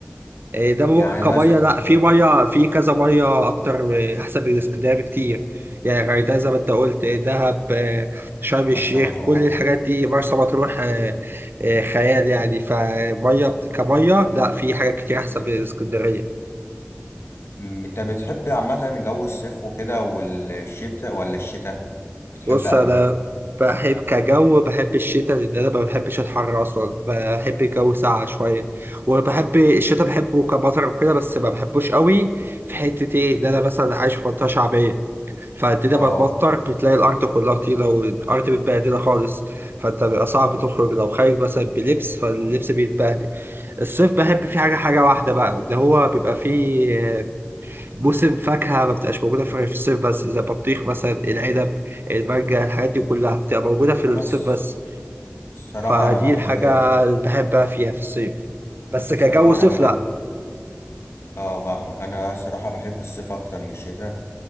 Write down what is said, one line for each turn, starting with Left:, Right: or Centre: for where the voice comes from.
Right: إيه ده ممكن
Left: يعني
Right: كميه
Left: مثلا
Right: لا في ميه في كذا ميه اكتر إيه، احسن من اسكندريه بكتير يعني غردقه زي ما انت قلت إيه، دهب إيه، شرم الشيخ
Left: مرسى مطروح
Right: كل الحاجات دي مرسى مطروح إيه، إيه، خيال يعني فميه بت- كميه لا في حاجات كتير احسن من اسكندريه
Left: أمم، أنت بتحب عامة جو الصيف وكده والشتاء ولا الشتاء بتحب
Right: بص
Left: أنهي؟
Right: انا بحب كجو بحب الشتاء لان انا ما بحبش الحر اصلا بحب الجو ساقع شويه وبحب الشتاء بحبه كمطر وكده بس ما بحبوش قوي في حته ايه ان انا مثلا عايش في منطقه شعبيه فالدنيا
Left: أه
Right: بقت مطر بتلاقي الأرض كلها طينة والأرض متبهدلة خالص فأنت بيبقى صعب تخرج لو خارج مثلا بلبس فاللبس بيتبهدل الصيف بحب فيه حاجة حاجة واحدة بقى ده هو بيبقى فيه موسم فاكهة ما بتبقاش موجودة في غير في الصيف بس زي البطيخ مثلا العنب المانجا الحاجات دي كلها بتبقى موجودة في الصيف
Left: أنا الص-
Right: بس
Left: الصراحة
Right: فدي
Left: أنا بحب
Right: الحاجة اللي بحبها فيها في الصيف بس كجو
Left: الصراحة
Right: صيف
Left: أنا بحب
Right: لأ
Left: أه فاهمك أنا الصراحة بحب الصيف أكتر من الشتاء